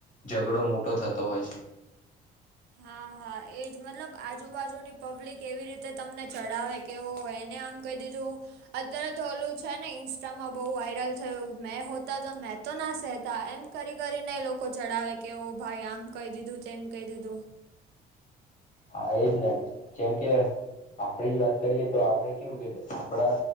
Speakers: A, on the left; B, on the right.
A: ઝઘડો મોટો થતો હોય છે.
B: હા હા એજ મતલબ આજુબાજુની પબ્લિક એવી રીતે તમને ચડાવે કે ઓ એને આમ કહી દીધું અત્યારે તો ઓલું છે ને ઇન્સ્ટામાં બહુ વાયરલ થયું મેં હોતા તો મેં તો ના સહેતા એમ કરી કરીને એ લોકો ચડાવે કે ઓ ભાઈ આમ કહી દીધું તેમ કહી દીધું
A: હા એજ ને જેમ કે આપણે જ વાત કરીએ તો આપણે કેવું કે આપડા